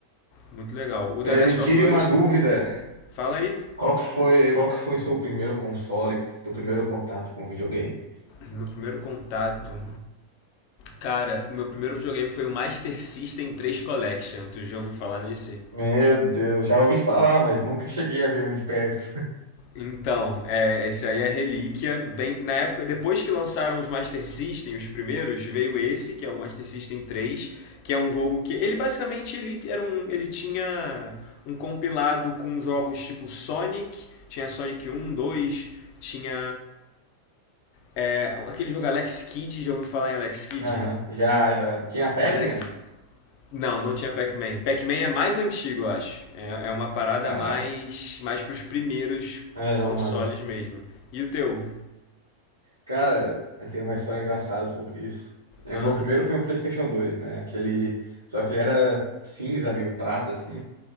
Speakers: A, on the left (about 45°); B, on the right (about 80°).
A: Muito legal. O
B: É,
A: The Last
B: me tire
A: of Us,
B: uma dúvida.
A: fala aí.
B: Qual que foi, qual que foi seu primeiro console, seu primeiro contato com videogame?
A: Meu primeiro contato. Cara, meu primeiro videogame foi o Master System 3 Collection. Tu já ouviu falar nesse?
B: Meu Deus, já ouvi falar, mas nunca cheguei a ver um de perto.
A: Então, é, esse aí é relíquia. Bem, na época, depois que lançaram os Master System, os primeiros, veio esse, que é o Master System 3, que é um jogo que ele basicamente ele era um, ele tinha um compilado com jogos tipo Sonic, tinha Sonic um dois tinha É, aquele jogo Alex Kidd, já ouviu falar em Alex Kidd?
B: <laughs> Aham, Já, já. Tinha Pac-Man?
A: Alex. Não, não tinha Pac-Man. Pac-Man é mais antigo, eu acho. É, é uma parada
B: Caraca.
A: mais, mais pros primeiros
B: Ah, não,
A: consoles
B: mano.
A: mesmo. E o teu?
B: Cara, eu tenho uma história engraçada sobre isso. É,
A: Ah,
B: O meu primeiro foi um PlayStation 2, né? Aquele. Só que ele era cinza, meio prata, assim.